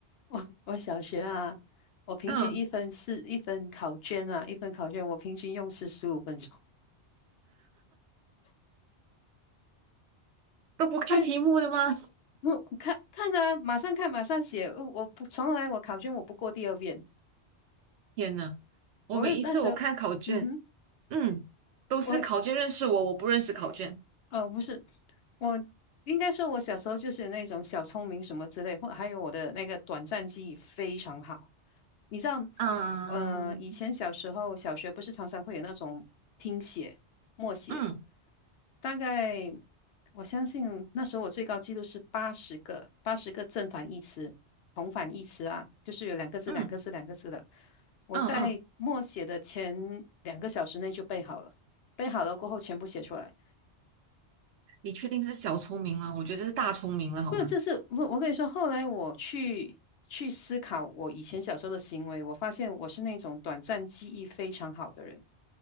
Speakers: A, on the left (about 65°); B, on the right (about 80°).
A: 我我小学啊，我平均一分四一分考卷啊，
B: 嗯，
A: 一分考卷我平均用时十五分钟。
B: 都不看题目的吗？
A: <laughs> 对，我看看啊，马上看，马上写。呃我不从来我考卷我不过第二遍。
B: 天呐，我每一次我看考卷，
A: 我就那时候，嗯哼，
B: 嗯，都是考卷认识我，
A: 我
B: 我不认识考卷。
A: 哦不是，我应该说我小时候就是那种小聪明什么之类，或还有我的那个短暂记忆非常好。你知道，
B: 嗯
A: 呃，以前小时候小学不是常常会有那种听写、默写。
B: 嗯
A: 大概我相信那时候我最高记录是八十个，八十个正反义词、同反义词啊，就是有两个字、
B: 嗯
A: 两个字、两个字的。我在默写的前两个小时内就背好了，
B: 嗯嗯，
A: 背好了过后全部写出来。
B: 你确定这是小聪明吗？我觉得这是大聪明了，好吗？
A: 不是，这是我我跟你说，后来我去去思考我以前小时候的行为，我发现我是那种短暂记忆非常好的人，